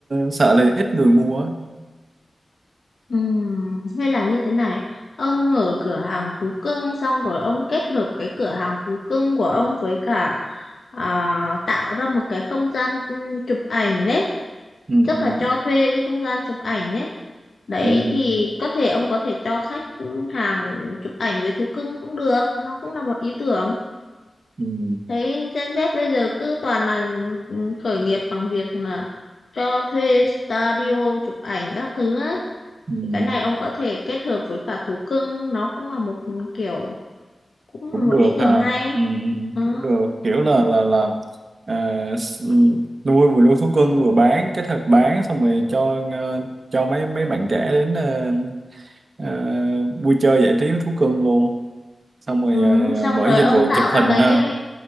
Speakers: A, on the right; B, on the left.
A: sợ là ít người mua á.
B: Ừm, hay là như thế này, ông mở cửa hàng thú cưng xong rồi ông kết hợp cái cửa hàng thú cưng của ông với cả à, tạo ra một cái không gian ừ, chụp ảnh đấy,
A: ừ,
B: chắc
A: ừ,
B: là cho thuê cái không gian chụp ảnh đấy. Đấy
A: ừ, ừ,
B: thì có thể ông có thể cho khách hàng chụp ảnh với thú cưng cũng được, nó cũng là một ý tưởng.
A: ừ,
B: Thấy Gen Z bây giờ cứ toàn là ừ, khởi nghiệp bằng việc là cho thuê studio chụp ảnh các thứ ấy.
A: ừ.
B: Thì cái này ông có thể kết hợp với cả thú cưng nó cũng là một kiểu cũng
A: cũng
B: là một
A: được
B: ý tưởng
A: ha
B: hay
A: ừ, ừ,
B: ừ.
A: cũng được kiểu là là là à, s- ừ, nuôi vừa nuôi thú cưng vừa bán kết hợp bán xong rồi cho ờ, cho mấy mấy bạn trẻ đến ờ, ờ, vui chơi giải trí với thú cưng luôn xong rồi
B: Ừ.
A: ờ, ờ,
B: xong
A: bởi
B: rồi
A: dịch
B: ông
A: vụ
B: tạo
A: chụp hình
B: ra mấy
A: ha
B: cái